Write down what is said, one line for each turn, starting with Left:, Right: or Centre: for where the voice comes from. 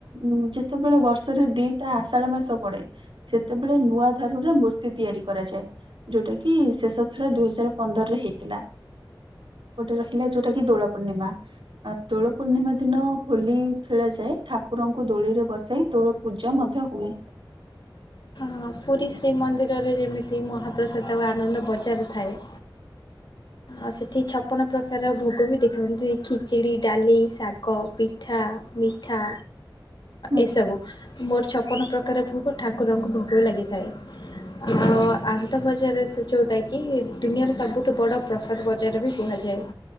Right: ଉଁ ଯେତେବେଳେ ବର୍ଷରେ ଦିଟା ଆଷାଢ ମାସ ପଡେ! ସେତେବେଳେ ନୂଆ ଧାରୁରେ ମୂର୍ତ୍ତି ତିଆରି କରାଯାଏ! ଯୋଉଟା କି ଶେଷ ଥର ଦୁଇ ହଜାର ପନ୍ଦରରେ ହେଇଥିଲା! ଏପେଟେ ରହିଲା ଯୋଉଟା କି ଦୋଳ ପୂର୍ଣ୍ଣିମା! ଏଁ ଦୋଳ ପୂର୍ଣ୍ଣିମା ଦିନ ହୋଲି ଖେଳଯାଏ! ଠାକୁରଙ୍କୁ ଦୋଳିରେ ବସାଇ ଦୋଳ ପୂଜା ମଧ୍ୟ ହୁଏ!
Left: ହଁ ପୁରୀ ଶ୍ରୀମନ୍ଦିରରେ ଯେମିତି ମହାପ୍ରସାଦ ଆଉ ଆନନ୍ଦ ବଜାର ଥାଏ!
Right: <inaudible> <unintelligible>
Left: ଆ ସେଠି ଛପନ ପ୍ରକାର ଭୋଗ ବି ଦେଖନ୍ତି, ଖିଚିଡ଼ି, ଡାଲି, ଶାଗ, ପିଠା, ମି ଠା
Right: ହୁଁ,
Left: ଏସବୁ ମୋର ଛପନ ପ୍ରକାର ଭୋଗ ଠାକୁରଙ୍କୁ ଭୋ ଯୋ ଲାଗିଥାଏ! ଆ ଅ ଆନନ୍ଦ ବଜାର ଯୋଉଟା କି ଦୁନିଆର ସବୁଠୁ ବଡ଼ ପ୍ରସାଦ ବଜାର ବି କୁହା ଯେଉଁ